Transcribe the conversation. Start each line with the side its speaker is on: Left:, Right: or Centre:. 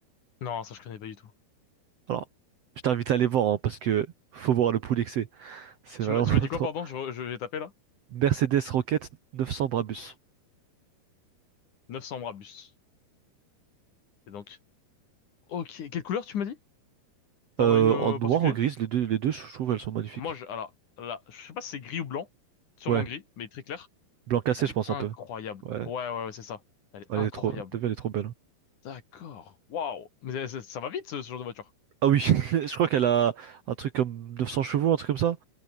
Left: Non, ça, je connais pas du tout.
Right: Alors, je t'invite à aller voir hein, parce que faut voir le poulet que c'est. C'est
Left: Tu
Right: vraiment
Left: m'as, tu m'as dit
Right: <laughs>
Left: quoi,
Right: trop.
Left: pardon? Je, je vais taper, là?
Right: Mercedes Rocket 900 Brabus.
Left: 900 Brabus. Et donc. Ok, quelle couleur tu m'as dit? T'en
Right: Euh,
Left: as une euh,
Right: en noir
Left: particulière
Right: ou grise, les deux, les deux, je trouve, elles sont magnifiques.
Left: Moi, je, alors, là, je sais pas si c'est gris ou blanc, sûrement
Right: Ouais,
Left: gris, mais très clair.
Right: blanc cassé,
Left: Elle
Right: je
Left: est
Right: pense
Left: incroyable.
Right: un peu. Ouais,
Left: Ouais, ouais, ouais, c'est ça. Elle est
Right: elle
Left: incroyable.
Right: est trop, t'as vu, elle est trop belle. hein.
Left: D'accord. Waouh. Mais ça, ça- ça va vite, ce, ce genre de voiture.
Right: Ah oui, <laughs> je crois qu'elle a un truc comme 900 chevaux, un truc comme ça.